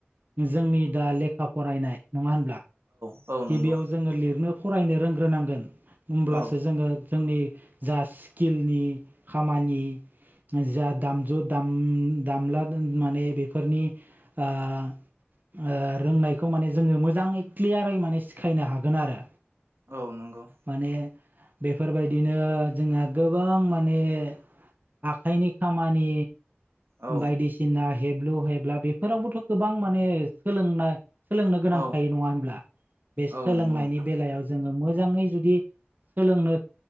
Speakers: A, on the right; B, on the right.
A: जोंनि दा लेखा फरायनाय नङा होनब्ला
B: औ नंगौ
A: गिबियाव जोङो लिरनो फरायनो रोंग्रोनांगोन होमब्लासो
B: औ
A: जोङो जोंनि जा स्किलनि खामानि जा दामजु दाम-दामला माने बेफोरनि ओं-ओं रोंनायखौ माने जोङो मोजाङै क्लियार यै माने सिखायनो हागोन आरो।
B: औ नंगौ
A: माने बेफोरबायदिनो जोंहा गोबां माने आखाइनि खामानि
B: औ
A: बायदिसिना हेब्लु हेबला बेफोरावबोथ' गोबां माने सोलोंनाय सोलोंनो गोनां
B: औ
A: थायो नङा होनब्ला बे सोलोंनायनि
B: औ नंगौ नोंथां
A: बेलायाव जोङो मोजाङै जुदि सोलोंनो